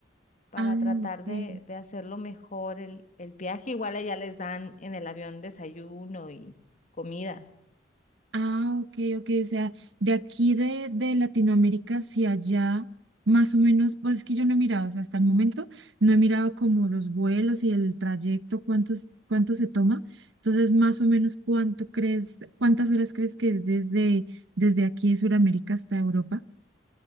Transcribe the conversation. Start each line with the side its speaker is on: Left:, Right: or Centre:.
Left: para
Right: Ah,
Left: tratar
Right: ok.
Left: de, de hacerlo mejor el, el viaje. Igual allá les dan en el avión desayuno y comida.
Right: Ah, ok, ok, o sea, de aquí de, de Latinoamérica hacia allá, más o menos, pues es que yo no he mirado, o sea, hasta el momento no he mirado como los vuelos y el trayecto, cuántos, cuánto se toma. Entonces, más o menos, ¿cuánto crees, cuántas horas crees que es desde, desde aquí de Sudamérica hasta Europa?